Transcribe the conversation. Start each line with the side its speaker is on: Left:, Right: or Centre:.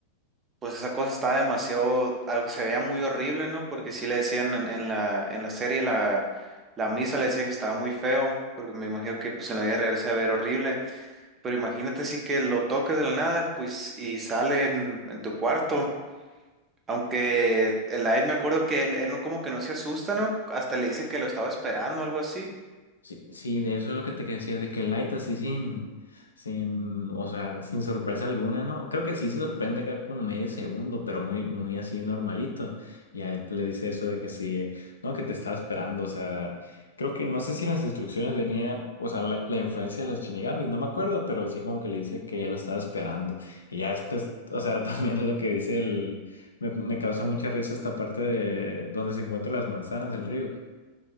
Right: pues esa cosa estaba demasiado, algo que se veía muy horrible, ¿no? Porque sí le decían en, en la, en la serie, la, la misa le decía que estaba muy feo, porque me imagino que pues en la vida real se ve horrible. Pero imagínate sí que lo toques de la nada, pues, y sale en, en tu cuarto. Aunque el Aid me acuerdo que él, él no como que no se asusta, ¿no? Hasta le dice que lo estaba esperando o algo así.
Left: Sí, sí, de eso es lo que te decía, de que Light así sin, sin, o sea, sin sorpresa alguna, ¿no? Creo que sí se sorprende acá como medio segundo, pero muy, muy así normalito. Y a él le dice eso de que sí, no, que te estaba esperando, o sea, creo que no sé si las instrucciones venía, o sea, la, la influencia de los Shinigamis, no me acuerdo, pero sí como que le dice que lo estaba esperando. Y ya después, o sea, <laughs> también lo que dice el, me, me causa mucha risa esta parte de donde se encuentran las manzanas del río.